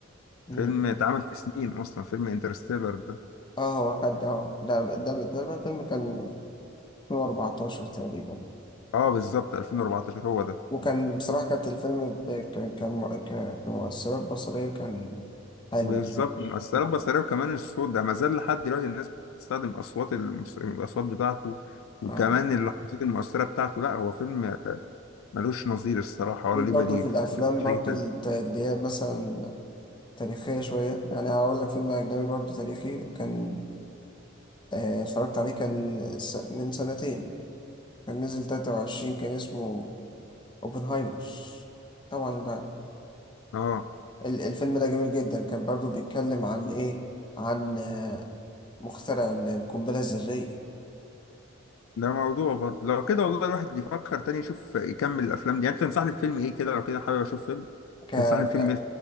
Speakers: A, on the left (about 20°); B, on the left (about 75°).
A: مم.
B: فيلم اتعمل في سنين اصلا فيلم انترستيلر ده
A: اه هو خد اه ده ده ده تقريبا فيلم كان 2014 تقريبا
B: اه بالظبط 2014 هو ده
A: وكان بصراحة كانت الفيلم ب- ك- كم- ك- كمؤثرات بصرية كان حلو
B: بالظبط
A: مش وحش
B: مؤثرات بصرية وكمان الصوت ده ما زال لحد دلوقتي الناس بتستخدم أصوات المس... الأصوات بتاعته وكمان
A: آه.
B: اللحظات المؤثرة بتاعته لا هو فيلم آه، ملوش نظير الصراحة ولا
A: ليك
B: ليه
A: برضو
B: بديل
A: في
B: فاهم؟
A: الأفلام
B: مش
A: برضو
B: هيجي تاني.
A: الت- اللي هي مثلا تاريخية شوية يعني هقول لك فيلم أجنبي برضو تاريخي كان آه، اتفرجت عليه كان س- من سنتين كان نزل 23 كان اسمه اوبنهايمر طبعا بقى
B: اه
A: ال- الفيلم ده جميل جدا كان برضو بيتكلم عن ايه عن آه، مخترع ال- القنبلة الذرية
B: ده موضوع برضه لو كده والله الواحد يفكر تاني يشوف يكمل الأفلام دي يعني أنت تنصحني بفيلم إيه كده لو كده حابب أشوف فيلم
A: ك...
B: تنصحني
A: ك...
B: بفيلم إيه